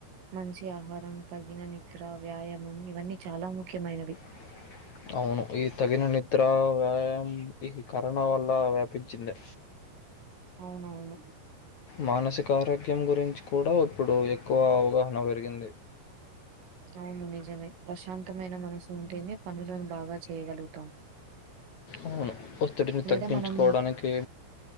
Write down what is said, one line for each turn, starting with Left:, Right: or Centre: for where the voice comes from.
Right: మంచి ఆహారం తగిన నిద్ర వ్యాయామం ఇవన్నీ చాల ముఖ్యమైనవి
Left: అ అవును ఈ తగిన నిద్ర వ్యాయాం ఈ కరోన వల్ల వ్యాపించింది
Right: అవునవును
Left: మానసిక ఆరోగ్యం గురించి కూడ ఇప్పుడు ఎక్కువ అవగాహన పెరిగింది
Right: అవును నిజమే ప్రశాంతమైన మనసు ఉంటేనే పనులను బాగ చేయగలుగుతాం
Left: అవును ఒత్తిడిని
Right: లేదా
Left: తగ్గించుకోడానికి
Right: మనం